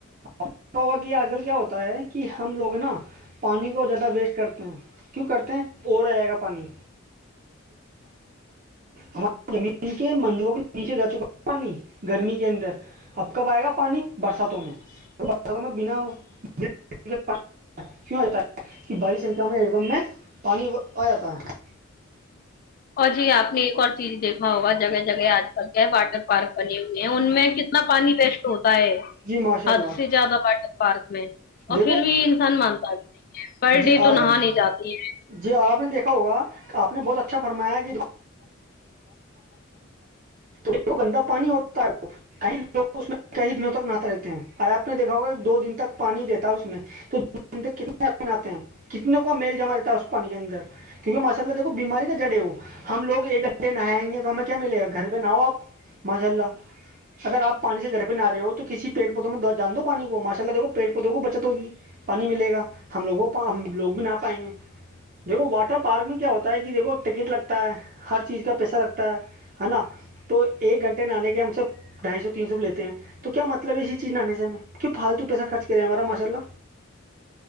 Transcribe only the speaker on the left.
اور جی آپ نے ایک اور چیز دیکھا ہوگا جگہ جگہ آج کل کے واٹر پارک بنے ہوئے ہیں ان میں ک اتنا پانی بیسٹ ہوتا ہے
حد
سے زیادہ واٹر پارک میں ہے اور
پھر بھی انسان منتا بھی پر
ڈے تو
نہا نہیں جاتی ہے